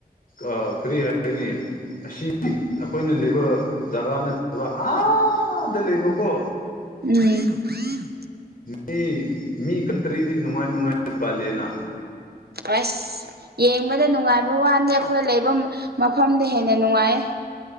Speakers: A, on the left; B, on the right.
A: ꯑ ꯀꯔꯤ ꯍꯥꯏꯅꯤ ꯑꯁꯤ <unintelligible> ꯑꯈꯣꯏꯅ ꯂꯩꯕ ꯖꯒꯥ ꯅꯠꯇꯕ ꯑꯥꯗ ꯂꯩꯕꯀꯣ
B: ꯎꯝ
A: ꯃꯤ ꯃꯤ ꯀꯟꯇ꯭ꯔꯤꯗꯤ ꯅꯨꯡꯉꯥꯏ ꯅꯨꯡꯉꯥꯏꯅ ꯄꯥꯜꯂꯦꯅ
B: ꯑꯥꯁ ꯌꯦꯡꯕꯗ ꯅꯨꯡꯉꯥꯏꯕ ꯋꯥ ꯅ‌ꯦ ꯑꯈꯣꯏ ꯂꯩꯕ ꯃꯐꯝꯅ ꯍꯦꯟꯅ ꯅꯨꯡꯉꯥꯏꯌꯦ